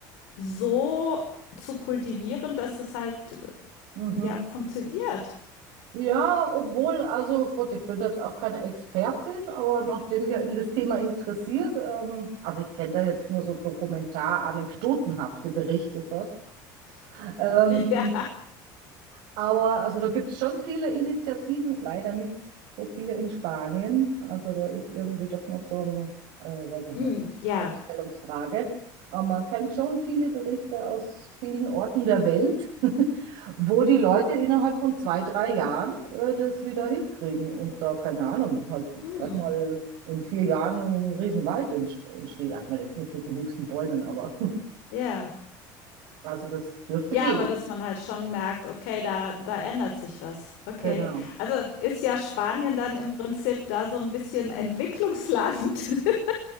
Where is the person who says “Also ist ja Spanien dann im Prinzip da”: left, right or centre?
Left